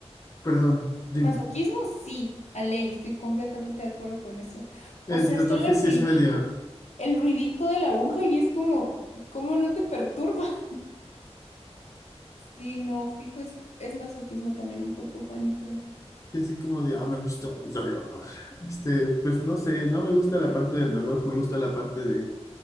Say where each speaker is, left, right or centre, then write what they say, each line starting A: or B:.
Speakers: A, on the left; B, on the left.
A: perdón, dime,
B: masoquismo, sí, a ley, estoy completamente de acuerdo con eso. O
A: el
B: sea,
A: tatuaje
B: solo el
A: sí
B: ruidito,
A: es medio...
B: el ruidito de la aguja y es como, ¿cómo no te perturba? <laughs> Sí, no, fijo, es, es masoquismo también un poco, Juani, pero
A: Sí, así como de, ah, me gusta el dolor. Este, pues no sé, no me gusta la parte del dolor, me gusta la parte de,